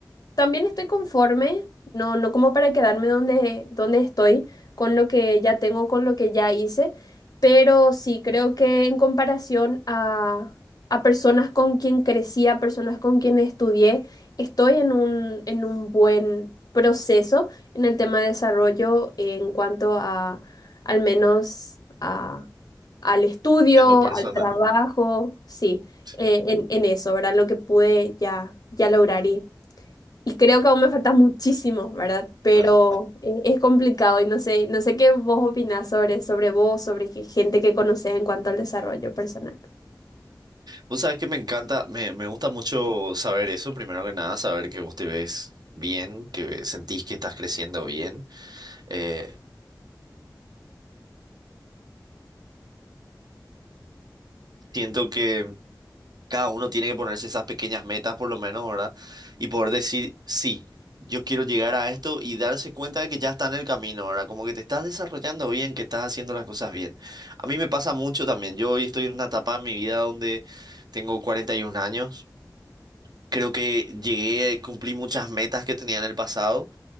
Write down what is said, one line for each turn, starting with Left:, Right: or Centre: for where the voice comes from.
Left: también estoy conforme, no, no como para quedarme donde, donde estoy, con lo que ya tengo, con lo que ya hice, pero sí creo que en comparación a, a personas con quien crecí, a personas con quien estudié, estoy en un, en un buen proceso en el tema de desarrollo en cuanto a, al menos a, al estudio,
Right: en lo personal?
Left: al trabajo, sí,
Right: Sí.
Left: eh, en, en eso, ¿verdad? Lo que pude ya, ya lograr y y creo que aún me falta muchísimo, ¿verdad? Pero
Right: Ajá.
Left: eh, es complicado y no sé, no sé qué vos opinás sobre, sobre vos, sobre qué gente que conoces en cuanto al desarrollo personal.
Right: Vos sabés que me encanta, me, me gusta mucho saber eso, primero que nada, saber que vos te ves bien, que sentís que estás creciendo bien. Eh, siento que... cada uno tiene que ponerse esas pequeñas metas por lo menos, ¿verdad? Y poder decir, sí, yo quiero llegar a esto y darse cuenta de que ya está en el camino, ¿verdad? Como que te estás desarrollando bien, que estás haciendo las cosas bien. A mí me pasa mucho también. Yo hoy estoy en una etapa de mi vida donde tengo 41 años. Creo que llegué, cumplí muchas metas que tenía en el pasado.